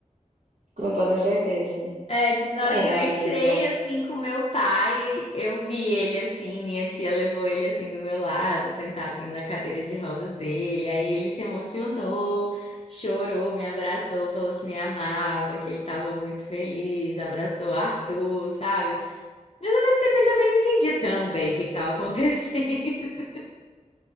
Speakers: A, on the right; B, on the left.
A: com toda certeza.
B: É, tipo, na
A: É,
B: hora que eu
A: amiga,
B: entrei, assim, com meu pai, eu vi ele, assim, minha tia levou ele, assim, do meu lado, sentadinho na cadeira de rodas dele. Aí ele se emocionou, chorou, me abraçou, falou que me amava, que ele tava muito feliz, abraçou o Arthur, sabe? Mas ao mesmo tempo ele também não entendia tão bem o que que tava acontecendo. <laughs>